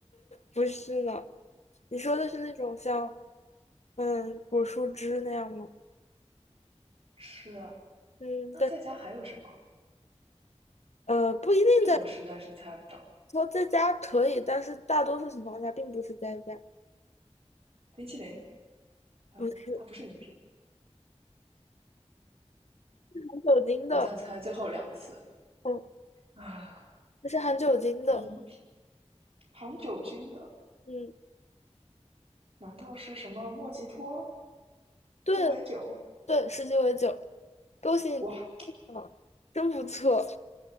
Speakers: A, on the left; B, on the right.
A: 不是呢，你说的是那种像嗯果蔬汁那样吗？
B: 是啊，
A: 嗯，
B: 那在家还有什么？
A: 对，呃，不一定在
B: 这我实在是猜不到。
A: 说在家可以，但是大多数情况下并不是在家，
B: 冰淇淋啊，
A: 不是
B: 它不是饮品。
A: 含酒精的，
B: 我再猜最后两次
A: 嗯，
B: 啊，
A: 它是含酒精的，
B: 饮品含酒精的，
A: 嗯，
B: 难道是什么莫吉托？
A: 对
B: 鸡尾酒，
A: 对，十几为酒，恭喜你听到了，
B: 哇，
A: 真不错，